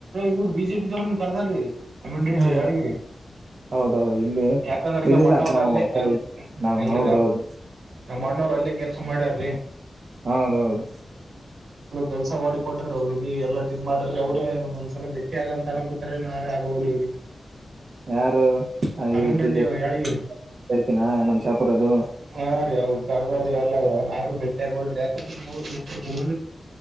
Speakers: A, on the right; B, on the right.
A: ಇವ್ರ ಬಿಜೆಪಿ ದವನ್ ಕರ್ದಾರೀ ಅಮೀನ್ ರೆಡ್ಡಿ
B: ಹ್ಮ್
A: ಯಾಳಗಿ
B: ಹೌದೌದು ಇಲ್ಲಿ
A: ಯಾಕಂದನ್ನ
B: ಇಲ್ಲಿಲ್ಲ
A: ನಮ್ಮ ಅಣ್ಣ ಅವರ್
B: ನಾವು
A: ಅಲ್ಲಿ
B: ಆ ಕಡೆ ನಾವು
A: ಎಲ್ರಿರ
B: ಹೌದೌದು
A: ನಮ್ಮ್ ಅಣ್ಣವರು ಅಲ್ಲೇ ಕೆಲಸ ಮಾಡ್ಯಾರ್ರೀ
B: ಹೌದೌದು
A: ಕೆಲಸ ಮಾಡಿಕೊಟ್ಟ್ರರು ಅವರಿಗೆ ಎಲ್ಲ ಇದ್ ಮಾಡ್ರಿ ಅವ್ರ ಒಂದ್ಸಲ ಬೆಟ್ಟಿ ಆಗ ಅಂತ ಅನ ಗೊತ್ತಾರ ನಾವೇ ಆಗೋಲವ್ರಿ
B: ಯಾರು
A: ಅಮೀನ್
B: ಇದು
A: ರೆಡ್ಡಿಯಾಳಗಿ
B: ಬಿಜೆಪಿ
A: ರಿ
B: ಕರಿತೀನ ನಮ್ ಶಾಪುರದು
A: ಹಾ ರ ಅವವು ಕರಬೇಕ ಅಲ್ಲ ನಾವವು ಬೆಟ್ಟಿ ಆಗಲ್ ಯಾಕ ಹೆರು